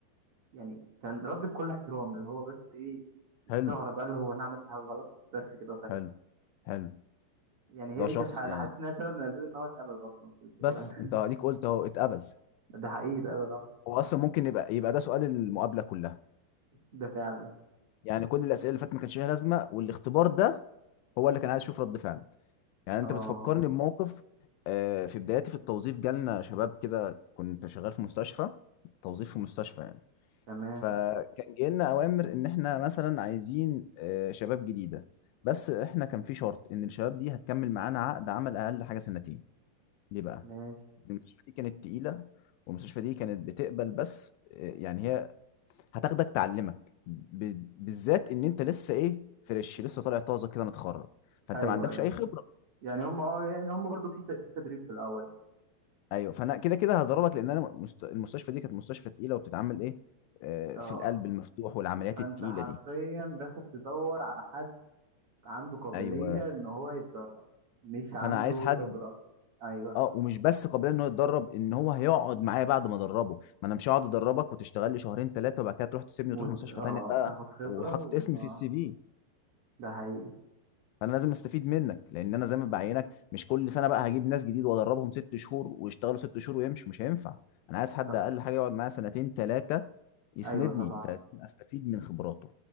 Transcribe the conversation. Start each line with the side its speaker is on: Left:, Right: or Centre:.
Right: يعني كان رد بكل احترام اللي هو بس ايه استغرب
Left: حلو
Right: قال له هو انا عملت حاجه غلط بس كده سكت
Left: حلو حلو
Right: يعني هي
Left: ده
Right: دي
Left: شخص
Right: كانت ح- انا
Left: يعني
Right: حاسس انها سبب من اسباب ان هو اتقبل اصلا في الشغلانه
Left: بس انت هديك قلت اهو اتقبل
Right: <laughs> ده حقيقي اتقبل اه
Left: هو اصلا ممكن يبقى يبقى ده سؤال المقابله كلها
Right: ده فعلا
Left: يعني كل الاسئله اللي فاتت ما كانش ليها لازمه والاختبار ده هو اللي كان عايز اشوف رد فعلك يعني انت
Right: اه
Left: بتفكرني بموقف آه، في بداياتي في التوظيف جالنا شباب كده كنت شغال في مستشفى توظيف في مستشفى يعني
Right: تمام
Left: فكان جاي لنا اوامر ان احنا مثلا عايزين آه، شباب جديده بس احنا كان في شرط ان الشباب دي هتكمل معانا عقد عمل اقل حاجه سنتين ليه بقى
Right: ماشي
Left: المستشفى دي كانت تقيلة والمستشفى دي كانت بتقبل بس آه، يعني هي هتاخدك تعلمك ب- بالذات ان انت لسه ايه فريش لسه طالع طازه كده متخرج فانت
Right: ايوه
Left: ما عندكش
Right: ايوه
Left: اي خبره
Right: يعني هم اه يعني هم برضو في ت- في تدريب في الاول يعني
Left: ايوه فانا كده كده هضربك لان انا مست... المستشفى دي كانت مستشفى تقيله وبتتعمل ايه آه،
Right: اه
Left: في القلب المفتوح والعمليات
Right: فانت
Left: التقيله
Right: حرفيا
Left: دي
Right: داخل تدور على حد عنده قابلية
Left: ايوه
Right: ان هو يتدرب مش عنده
Left: فانا عايز حد
Right: خبرة ايوه
Left: اه ومش بس قابلين ان هو يتدرب ان هو هيقعد معايا بعد ما ادربه ما انا مش هقعد ادربك وتشتغل لي شهرين ثلاثه وبعد كده تروح تسيبني وتروح
Right: وت...
Left: مستشفى
Right: اه
Left: تانيه بقى
Right: تاخد خبرة
Left: وحاطط
Right: و...
Left: اسمي
Right: آه.
Left: في السي في
Right: ده حقيقي
Left: فانا لازم استفيد منك لان انا زي ما بعينك مش كل سنه بقى هجيب ناس جديد وادربهم ست شهور ويشتغلوا ست شهور ويمشوا مش هينفع انا عايز حد
Right: ط-
Left: اقل حاجه يقعد معايا سنتين ثلاثه يسندني
Right: ايوه طبعا
Left: تا- استفيد من خبراته